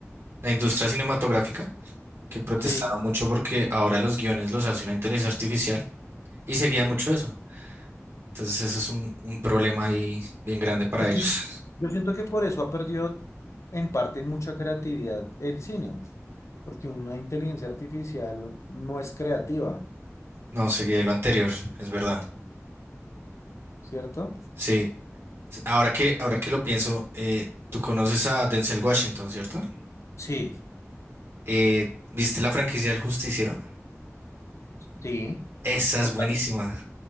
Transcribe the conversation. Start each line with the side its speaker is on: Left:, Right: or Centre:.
Right: la industria cinematográfica, que protestaron
Left: Sí.
Right: mucho porque ahora los guiones los hace una inteligencia artificial y seguían
Left: Sí,
Right: mucho eso. Entonces eso es un, un problema ahí bien grande para
Left: Yo sien-
Right: ellos.
Left: yo siento que por eso ha perdido en parte mucha creatividad el cine, porque una inteligencia artificial no es creativa,
Right: No, seguía lo anterior, es verdad.
Left: ¿cierto?
Right: Sí, ahora que, ahora que lo pienso, eh, tú conoces a Denzel Washington, ¿cierto?
Left: Sí,
Right: Eh, ¿viste la franquicia del Justiciero?
Left: sí.
Right: Esa
Left: O
Right: es buenísima.
Left: sea,